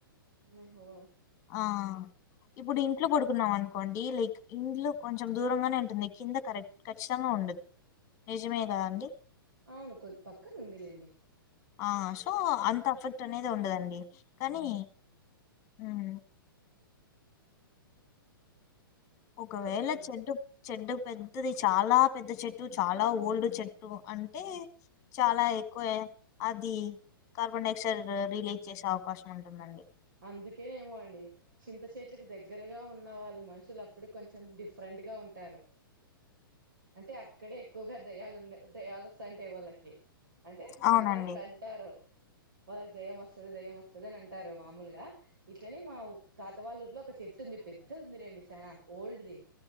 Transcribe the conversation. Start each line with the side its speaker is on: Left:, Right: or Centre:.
Right: ఓహో
Left: ఆ ఇప్పుడు ఇంట్లో పడుకున్నాం అనుకోండి లైక్ ఇండ్లు కొంచెం దూరంగానే ఉంటుంది కింద కరెక్ట్ ఖచ్చితంగా ఉండదు నిజమే గ అండి
Right: అవును కొద్ పక్కన ఉందిలేండి
Left: ఆ సో అంత అఫెక్ట్ అనేది ఉండదండి కానీ హ్మ్ ఒకవేళ
Right: చెప్పండి
Left: చెడ చెడూప్ పెద్దది చాలా పెద్ద చెట్టు చాలా ఓల్డ్ చెట్టు అంటే చాలా ఎక్కువే అది కార్బన్ డైఆక్సైడ్ రిలీజ్ చేసే అవకాశం ఉంటుందండి
Right: అందుకేనేమో అండి చింత చెట్లకి దగ్గరగా ఉన్న వాళ్ళు మనుషులు అప్పుడే కొంచెం డిఫరెంట్ డుగా ఉంటారు అంటే అక్కడే ఎక్కువగా దెయ్యాలు ఉండ దెయ్యాలు వస్తాంటాయి వాళ్ళకి అంటే
Left: అవునండి
Right: పెద్దలట్ల అంటారు వాళ్ళకి దెయ్యం వస్తది దెయ్యం వస్తది అని అంటారు మామూలుగా ఇట్లనే మా తాతవాళ్ళ ఇంట్లో ఒక చెట్టు ఉంది పెద్దది ఉందిలేండి చాలా ఓల్డ్ ది